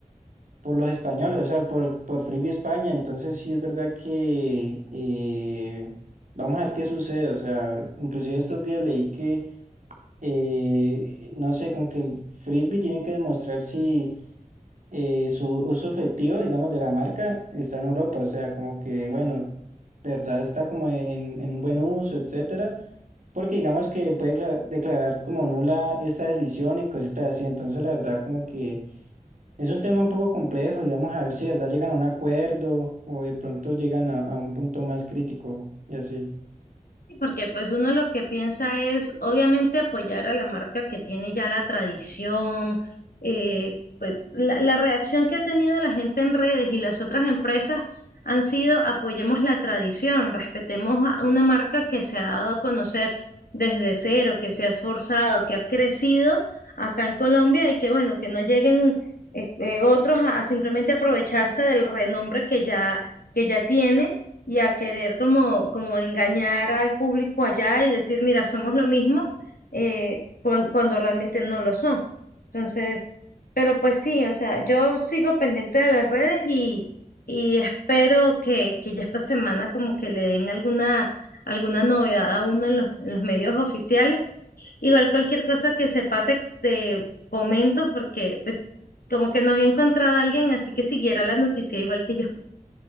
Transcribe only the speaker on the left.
Sí, porque pues uno lo que piensa es obviamente apoyar a la marca que tiene ya la tradición, eh, pues la, la reacción que ha tenido la gente en redes y las otras empresas han sido apoyemos la tradición, respetemos a una marca que se ha dado a conocer desde cero, que se ha esforzado, que ha crecido acá en Colombia y que bueno, que no lleguen eh, eh, otros a, a simplemente aprovecharse del renombre que ya, que ya tiene y a querer como, como engañar al público allá y decir, mira, somos lo mismo, eh, cuan- cuando realmente no lo son. Entonces, pero pues sí, o sea, yo sigo pendiente de las redes y, y espero que, que ya esta semana como que le den alguna, alguna novedad a uno en los, en los medios oficiales. Igual cualquier cosa que sepa te, te comento porque pues como que no había encontrado a alguien así que siguiera la noticia igual que yo.